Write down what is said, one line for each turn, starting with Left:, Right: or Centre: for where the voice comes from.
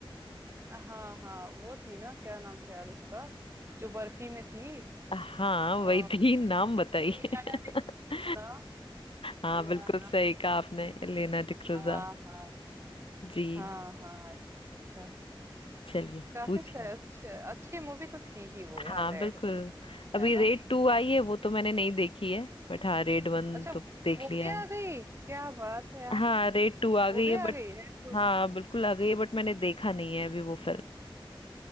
Right: हाँ हाँ वो थी ना क्या नाम था यार उसका जो बर्फी में थी
Left: हाँ वही
Right: आ,
Left: थी नाम बताइए
Right: इलियाना डिसूजा
Left: <laughs> हाँ
Right: इलियाना
Left: बिल्कुल सही कहा आपने एलेना डिक्रूजा
Right: हाँ हाँ
Left: जी
Right: हाँ हाँ ये था
Left: चलिए
Right: काफी
Left: पूछिए
Right: स- अच्छ- अच्छी मूवी तो थी ही वो यार
Left: हाँ
Right: रेड
Left: बिल्कुल अभी
Right: है ना
Left: रेड टू आई है वो तो मैंने नहीं देखी है बट हाँ रेड वन
Right: अच्छा
Left: तो देख
Right: वो
Left: लिया
Right: भी
Left: है
Right: आ गई क्या बात है यार
Left: हाँ रेड टू आ
Right: वो
Left: गई
Right: भी
Left: है
Right: आ
Left: बट
Right: गई रेड टू
Left: हाँ बिल्कुल आ गई है बट मैंने देखा नहीं है अभी वो फिल्म